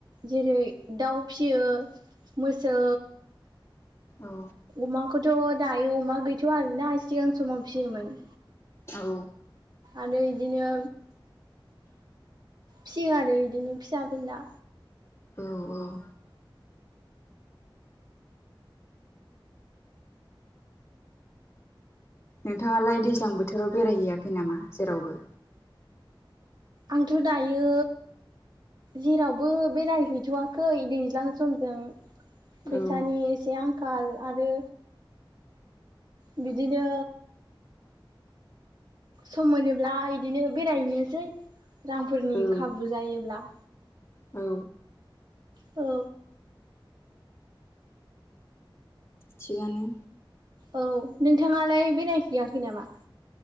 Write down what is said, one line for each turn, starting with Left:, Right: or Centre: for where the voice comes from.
Right: जेरै दाउ फियो। मोसौ
Left: औ
Right: अमाखौथ' दायो अमा गैथ'वा आरोना सिगां समाव फियोमोन।
Left: औ
Right: आरो बिदिनो फियो आरो बिदिनो फिसा फिला।
Left: औ औ नोंथाङालाय दैज्लां बोथोराव बेरायहैयाखै नामा जेरावबो
Right: आंथ' दायो जेरावबो बेरायहैथ'वाखै दैज्लां समजों फैसानि
Left: औ
Right: एसे आंखाल आरो बिदिनो सम मोनोब्ला इदिनो बेरायहैनोसै रांफोरनि
Left: औ
Right: खाबु जायोब्ला
Left: औ
Right: औ
Left: थिगनो
Right: औ नोंथाङालाय बेरायहैयाखै नामा